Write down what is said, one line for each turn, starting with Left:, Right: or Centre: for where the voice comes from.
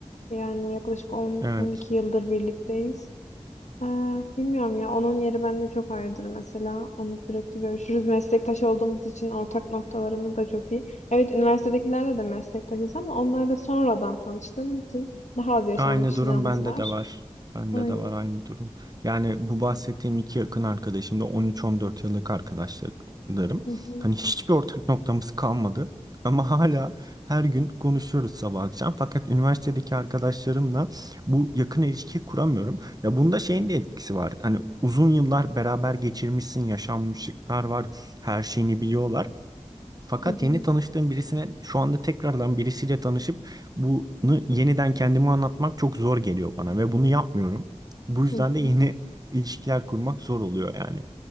Left: Yani yaklaşık 10-12
Right: Evet.
Left: yıldır birlikteyiz. Ee, bilmiyorum ya onun yeri bende çok ayrıdır mesela. Onunla sürekli görüşürüz. Meslektaş olduğumuz için ortak noktalarımız da çok iyi. Evet üniversitedekilerle de meslektaşız ama onlarla sonradan tanıştığımız için daha az yaşanmışlığımız
Right: Aynı durum bende
Left: var.
Right: de var. Bende
Left: Aynen.
Right: de var aynı durum. Yani bu bahsettiğim iki yakın arkadaşım da 13-14 yıllık arkadaşlarım.
Left: Hı hı.
Right: Hani hiçbir ortak noktamız kalmadı. Ama hala her gün konuşuyoruz sabah akşam. Fakat üniversitedeki arkadaşlarımla bu yakın ilişki kuramıyorum. Ya bunda şeyin de etkisi var. Hani uzun yıllar beraber geçirmişsin, yaşanmışlıklar var, her şeyini biliyorlar. Fakat
Left: Hı hı.
Right: yeni tanıştığım birisine şu anda tekrardan birisiyle tanışıp bunu yeniden kendime anlatmak çok zor geliyor bana ve bunu yapmıyorum. Bu yüzden
Left: Hı hı.
Right: de yeni ilişkiler kurmak zor oluyor yani.